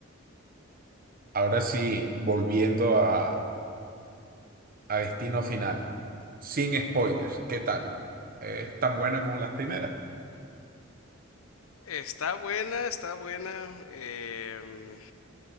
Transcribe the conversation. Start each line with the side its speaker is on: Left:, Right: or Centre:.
Right: Ahora sí, volviendo a, a Destino Final, sin spoilers, ¿qué tal? ¿Es tan buena como las primeras?
Left: Está buena, está buena. em,